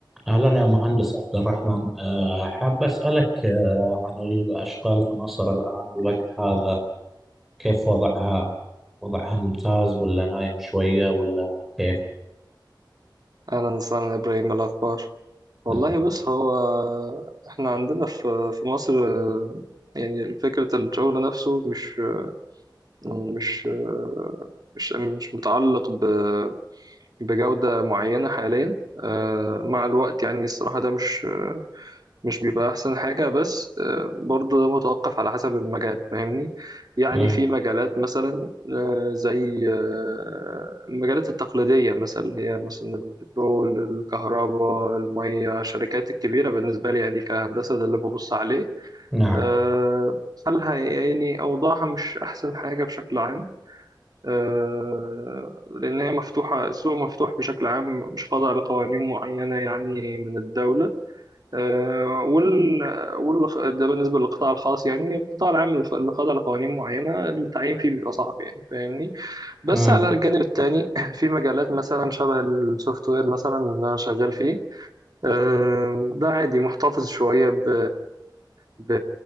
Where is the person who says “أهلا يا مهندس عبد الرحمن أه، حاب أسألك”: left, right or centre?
Centre